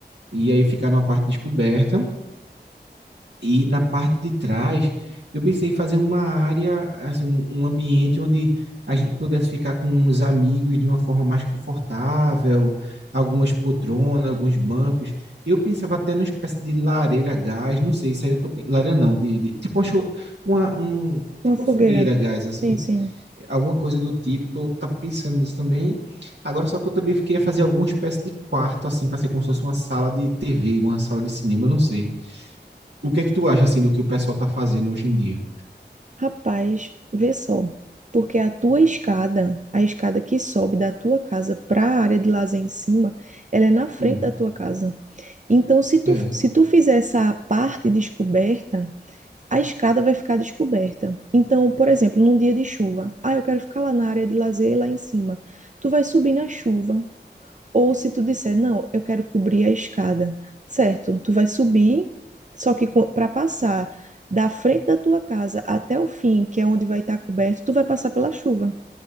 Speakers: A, on the right; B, on the right.
A: e aí ficar numa parte descoberta. E na parte de trás, eu pensei em fazer uma área, assim, um um ambiente onde a gente pudesse ficar com os amigos de uma forma mais confortável, algumas poltronas, alguns bancos. Eu pensava até numa espécie de lareira a gás, não sei, isso aí eu tô... pe- Lareira não, de, de- tipo uma, cho- uma- um,
B: Uma
A: tipo
B: fogueira.
A: uma fogueira a gás, assim,
B: Sim, sim.
A: alguma coisa do tipo, tô, tava pensando nisso também. Agora, só que eu também queria fazer alguma espécie de quarto, assim, para ser como se fosse uma sala de TV, uma sala de cinema, não sei. O que é que tu acha, assim, do que o pessoal tá fazendo hoje em dia?
B: Rapaz, vê só. Porque a tua escada, a escada que sobe da tua casa para a área de lazer em cima, ela é na frente
A: Hum.
B: da tua casa. Então, se tu,
A: É,
B: se tu fizer essa parte descoberta a escada vai ficar descoberta. Então, por exemplo, num dia de chuva, ah, eu quero ficar lá na área de lazer, lá em cima. Tu vai subir na chuva. Ou se tu disser, não, eu quero cobrir a escada. Certo, tu vai subir, só que para passar da frente da tua casa até o fim, que é onde vai estar coberto, tu vai passar pela chuva.